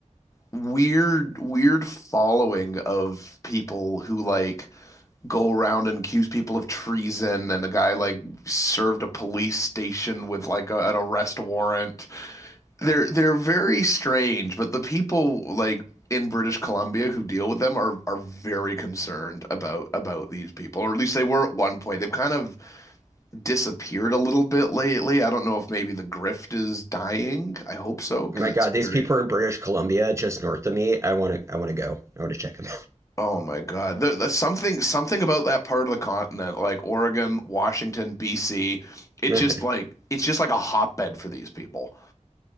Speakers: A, on the left; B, on the right.
A: weird, weird following of people who like go around and accuse people of treason, and a guy like served a police station with like a, an arrest warrant, they're they're very strange, but the people like in British Columbia who deal with them are are very concerned about about these people, or at least they were at one point. They've kind of disappeared a little bit lately. I don't know if maybe the grift is dying. I hope so
B: <laughs>
A: because
B: My
A: it's
B: God, these
A: very.
B: people are in British Columbia, just north of me. I want to, I want to go. I want to check them
A: Oh my God, The the something something about that part of the continent, like Oregon, Washington, BC, it
B: out.
A: just like it's just like a hotbed for these people.